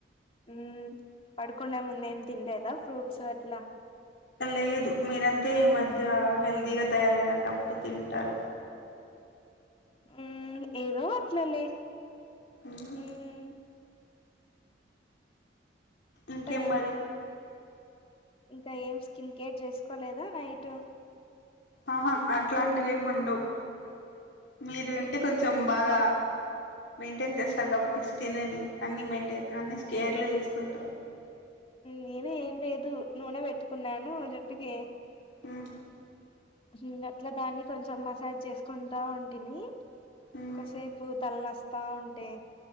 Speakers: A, on the left (about 30°); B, on the left (about 75°).
A: హ్మ్ పడుకునే ముంద ఏం తినలేదా ఫ్రూట్స్ అట్లా
B: లేదు మీరంతే ఈ మధ్య హెల్దీగా తయారయినారు కాబట్టి తింటారు
A: ఉమ్ ఏదో అట్లా లే
B: మ్మ్
A: ఉమ్ ఇంకా
B: ఇంకేం
A: ఏం
B: మరి
A: ఇంకా ఏం కింకేర్ చేసుకోలేదా నైట్
B: ఆహా అట్లాంటివేం ఉండవ్ మీరు అంటే కొంచం కొంచెం బాగా మెయింటైన్ చేస్తారు కాబట్టి స్కిన్ ని అన్ని మెయింటైన్ అన్ని స్కేర్లు చేసుకుంటారు
A: నేనే ఏం లేదు నూనె వెట్టుకున్నాను జుట్టుకి
B: మ్
A: ఇంగ అట్ల దాన్ని కొంచెం మసాజ్ చేసుకుంటా ఉంటిని
B: మ్మ్
A: కొసేపు తల్ నస్తా ఉంటే